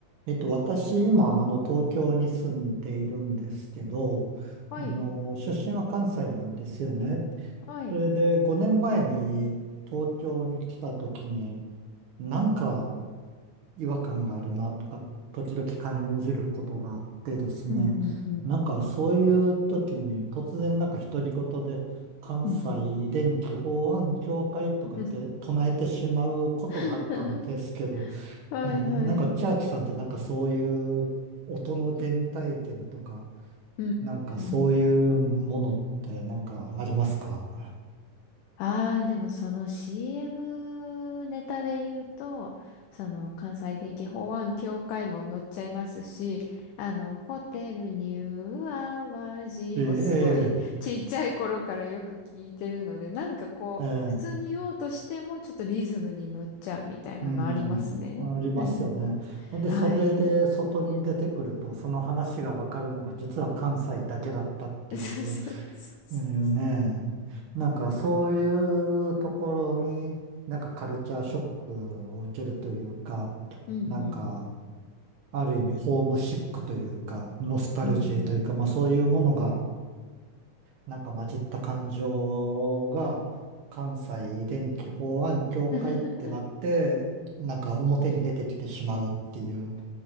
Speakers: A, on the right (about 80°); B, on the left (about 75°).
A: えっと、私、今、あの、東京に住んでいるんですけど、
B: はい、
A: あの、出身は関西なんですよね。
B: はい。
A: それで、5年前に東京に来た時に、なんか違和感があるなとか、時々感じることがあってですね、
B: うん、うん、うん、
A: なんかそういう時に突然なんか独り言で、関西電気法案協会とか言って唱えてしまうことがあったんですけど、
B: うん、うん。<laughs> はいはい。
A: ねえ、なんかチャーチさんってなんかそういう音の原体験とか、
B: うん、
A: なんかそういうものってなんかありますか
B: うん。ああ、でもその CM ネタで言うと、その関西電気法案協会も載っちゃいますし、あの、ホテルニューアワジもすごいちっちゃい頃からよく聞いてるので、
A: ええ、
B: なんかこう、
A: ええ、ええ、
B: 普通に言おうとしてもちょっとリズムに乗っちゃうみたいなのありますね。
A: うん、うんありますよね。
B: <laughs>
A: で、
B: はい。
A: それで外に出てくると、その話がわかるのが実は関西だけだったっていう、
B: そうそうそう
A: うんね。なんかそういうところになんかカルチャーショックを受けるというか、
B: うんうん。
A: なんか、ある意味ホームシックというか、ノスタルジーというか、
B: うんうん。
A: まあそういうものが、なんか混じった感情が、関西電気法案協会ってなって、
B: <laughs>
A: なんか表に出てきてしまうっていう、